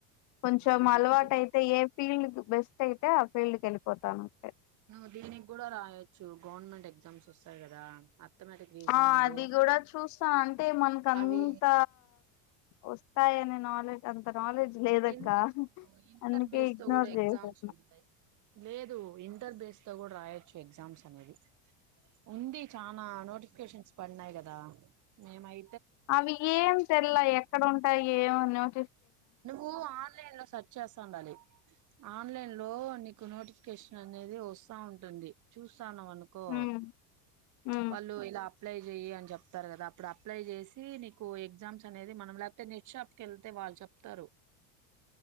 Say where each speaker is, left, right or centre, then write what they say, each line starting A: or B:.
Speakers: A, on the left; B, on the right.
A: కొంచెం
B: అది
A: అలవాటు
B: బెస్ట్
A: అయితే ఏం ఫీల్డ్ బెస్ట్ అయితే ఆ ఫీల్డ్ క వెళిపోతాను అంట
B: నువ్వు దీనికి కూడా రాయొచ్చు గవర్నమెంట్ ఎగ్జామ్స్ వస్తాయి కదా అథమెటిక్ రీజనింగ్
A: ఆ అది కూడా చూస్తా అంటే మనక అంత
B: అవి
A: వస్తాయని నాలెజ్ అంత నాలెడ్జ్ లేదక్క
B: ఎందుకు ఇంటర్
A: అందుకే
B: బేస్
A: ఇగ్నోర్
B: తో కూడా ఎగ్జామ్స్
A: చేసేసిన
B: ఉండయి లేదు ఇంటర్ బేస్ కూడా రాయొచ్చు ఎగ్జామ్స్ అనేది ఉంది చాలనా నోటిఫికేషన్స్ పన్నాయి కదా న మాహ
A: అవి ఏం తెల్ల ఎక్కడ ఉంట అక్క ఏమన్నావ్
B: నువ్వు ఆన్లైన్ లో సెర్చ్ చేస్తా ఉండాలి ఆన్లైన్ లో నీకు నోటిఫికేషన్ అనేది వస్తా ఉంటుంది చూ ానం అనుకో
A: ఉమ్ ఉమ్
B: వాళ్ళు ఇలా అప్లై చెయ్య అని చెప్తారు కదా అప్పుడు అప్లై చేసి నీకు ఎగ్జామ్స్ అనే మనం లేకతే నెట్ షాప్కి వెళ్తే వాళ్ళు చెప్తారు తరు